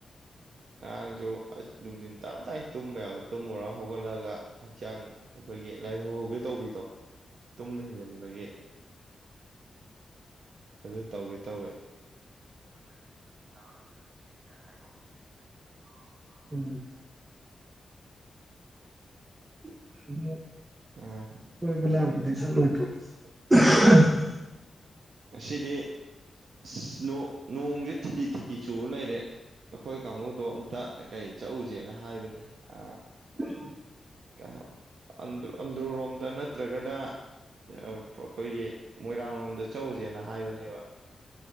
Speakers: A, on the right; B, on the right.
A: ꯉꯔꯥꯡꯁꯨ ꯑꯁ ꯅꯨꯡꯗꯤꯟ ꯇꯞꯇꯥꯏ ꯇꯨꯝꯕ ꯌꯥꯕ ꯇꯨꯝꯃꯨꯔꯒ ꯍꯧꯒꯠꯂꯒ ꯍꯛꯆꯥꯡ ꯑꯩꯈꯣꯏꯒꯤ ꯂꯥꯏꯍꯧ ꯍꯧꯒꯦ ꯇꯧꯕꯤꯗꯣ ꯇꯨꯝꯕ ꯍꯦꯟꯖꯤꯟꯕꯒꯤ ꯑꯗꯨ ꯇꯧꯒꯦ ꯇꯧꯋꯦ <unintelligible> ꯑꯩꯅ ꯍꯥꯏꯍꯧꯔꯤꯁꯦ ꯑꯗꯣ ꯉꯁꯤ
B: ꯎꯝ <unintelligible>
A: ꯑꯣ
B: ꯀꯣꯏꯕ ꯂꯥꯡꯕꯗꯤ ꯆꯠꯂꯣꯏꯗ꯭ꯔꯣ <unintelligible>
A: ꯉꯁꯤꯗꯤ ꯑꯁ ꯅꯣꯡ ꯅꯣꯡꯁꯦ ꯊꯤꯠꯂꯤ ꯊꯤꯠꯂꯤ ꯆꯨꯔ ꯂꯩꯔꯦ ꯑꯩꯈꯣꯏ ꯀꯥꯡꯒꯨꯗꯣ ꯑꯝꯇ ꯀꯩ ꯀꯩ ꯆꯠꯑꯨꯖꯦꯅ ꯍꯥꯏꯕꯅꯤ ꯑ
B: <unintelligible>
A: ꯀꯥꯍꯞ ꯑꯟꯗ꯭ꯔꯣ ꯑꯟꯗ꯭ꯔꯣꯔꯣꯝꯗ ꯅꯠꯇ꯭ꯔꯒꯅ <unintelligible> ꯑꯩꯈꯣꯏꯒꯤ ꯃꯣꯏꯔꯥꯡ ꯂꯣꯝꯗ ꯆꯠꯑꯨꯖꯦꯅ ꯍꯥꯏꯕꯅꯦꯕ